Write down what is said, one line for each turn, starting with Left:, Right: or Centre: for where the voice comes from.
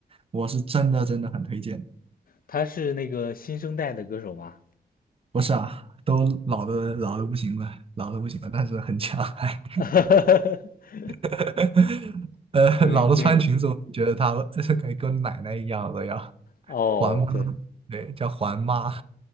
Right: 我是真的真的很推荐。
Left: 他是那个新生代的歌手吗？
Right: 不是啊，都老的老的不行了，老的不行了，但是很强，还
Left: <laughs>
Right: <laughs> 呃，
Left: 对对，
Right: 老的穿裙子，我觉得她 <laughs> 以跟奶奶一样的要
Left: 哦，
Right: 环妈，
Left: 对
Right: 对，叫环妈，